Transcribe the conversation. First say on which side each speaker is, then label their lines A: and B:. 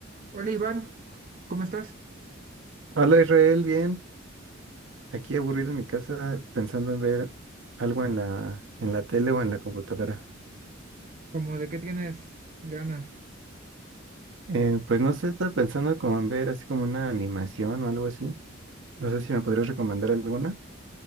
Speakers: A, on the right; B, on the right.
A: Hola Iván, ¿cómo estás?
B: Hola Israel, bien. Aquí aburrido en mi casa pensando en ver algo en la, en la tele o en la computadora.
A: ¿Cómo de qué tienes ganas?
B: Eh, pues no sé, estaba pensando como en ver así como una animación o algo así. No sé si me podrías recomendar alguna.